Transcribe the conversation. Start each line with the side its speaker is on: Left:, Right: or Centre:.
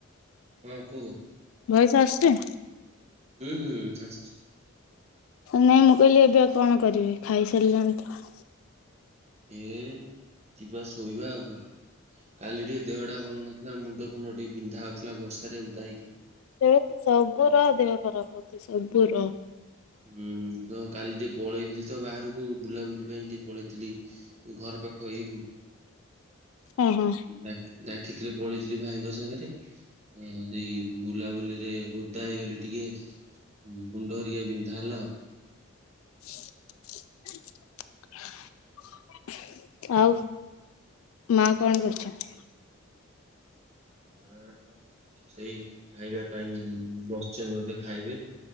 Right: ହଁ କୁହ?
Left: ଭୟେସ ଆସୁଛି?
Right: ଉଁ ହୁଁ ଆସୁଛି।
Left: ନାଇଁ ମୁଁ କହିଲି ଏବେ ଆଉ କଣ କରିବେ ଖାଇସାରିଲେଣି ତ?
Right: ଏ ଯିବା ଶୋଇବା ଆଉ କଣ କାଲି ଟିକେ ଦେହଟା ଭଲନ ଲା ମୁଣ୍ଡ ଫୁଣ୍ଡ ଟିକେ ବିନ୍ଧା ହଉଥିଲା ବର୍ଷାରେ ଓଦା ହେଇକି।
Left: ତୋର ସବୁର ଦେହ ଖରାପ ହଉଛି ସବୁର
Right: ହୁଁ ତ କାଲି ଟିକେ ପଳେଇଥିଲି ତ ବାହାରକୁ ବୁଲାବୁଲି ପାଇଁ ଟିକେ ପଳେଇଥିଲି। ଘର ପାଖ ଇଏକୁ
Left: ଓହୋ
Right: ଡାକ ଡାକିଥିଲେ ପଳେଇ ଥିଲି ଭାଇଙ୍କ ସାଙ୍ଗରେ ଅ ସେଇ ବୁଲାବୁଲିରେ ଓଦା ହେଇଗଲି ଟିକେ। ହୁଁ ମୁୁଣ୍ଡ ହରିଆ ବିନ୍ଧା ହେଲା ଆଉ।
Left: ହଁ <unintelligible> ଆଉ ମା କଣ କରୁଛନ୍ତି?
Right: ହଁ ସେଇ ଖାଇବା ପାଇଁ ବସିଛନ୍ତି ବୋଧେ ଖାଇବେ।